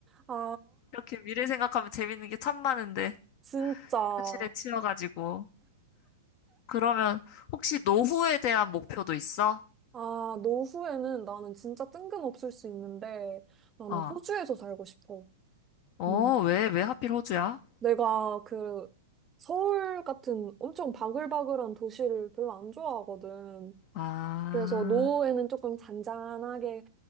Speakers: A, on the right; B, on the left.
A: 아,
B: 이렇게 미래 생각하면 재밌는 게 참 많은데,
A: 진짜.
B: 현실에 치여가지고. 그러면 혹시 노후에 대한 목표도 있어?
A: 아, 노후에는 나는 진짜 뜬금없을 수 있는데 나는
B: 어,
A: 호주에서 살고 싶어.
B: 어,
A: 음.
B: 왜, 왜 하필 호주야?
A: 내가 그 서울 같은 엄청 바글바글한 도시를 별로 안 좋아하거든.
B: 아,
A: 그래서 노후에는 조금 잔잔하게